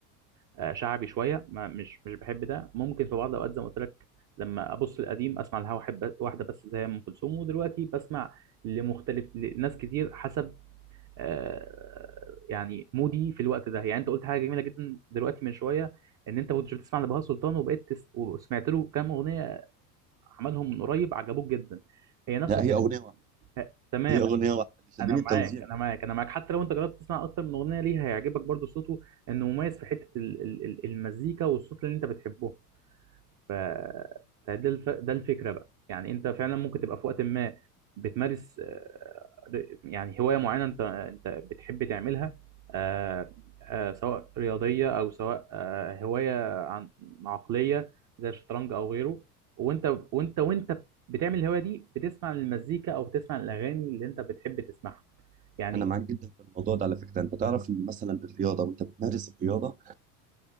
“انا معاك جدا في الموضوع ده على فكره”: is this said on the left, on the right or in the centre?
Right